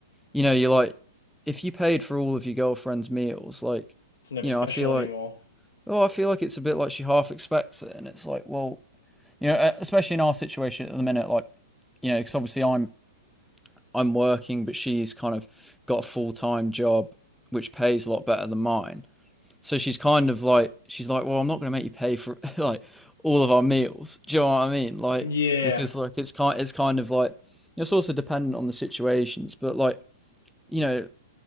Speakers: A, in the centre; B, on the left.
A: you know you're like if you paid for all of your girlfriend's meals like
B: It's never
A: you
B: special
A: know I feel
B: anymore.
A: like oh I feel like it's a bit like she half expects it, and it's like well you know e, especially in our situation at the minute like you know because obviously I'm I'm working but she's kind of got a full time job which pays a lot better than mine, so she's kind of like, she's like, well, I'm not going to make you pay for <laughs> like all of our meals. Do you know what I mean? Like,
B: Yeah.
A: because like it's kind, it's kind of like it's also dependent on the situations. But like, you know,